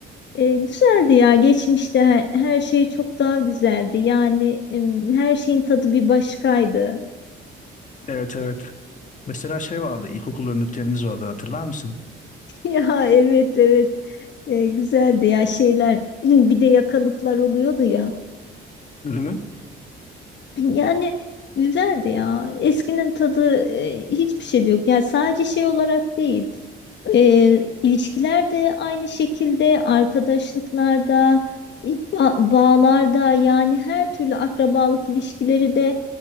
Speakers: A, on the left (about 65°); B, on the left (about 40°).
A: E, güzeldi ya, geçmişte her, her şey çok daha güzeldi. Yani em, her şeyin tadı bir başkaydı.
B: Evet evet. Mesela şey vardı, ilkokul önlüklerimiz vardı hatırlar mısın?
A: <laughs> Ya evet evet E, güzeldi ya şeyler. <clears throat> Bir de yakalıklar oluyordu ya.
B: Ürünü.
A: <clears throat> Yani güzeldi ya. Eskinin tadı e, hiçbir şey de yok. Yani sadece şey olarak değil. E, ilişkiler de aynı şekilde, arkadaşlıklarda, e, ba- bağlarda yani her türlü akrabalık ilişkileri de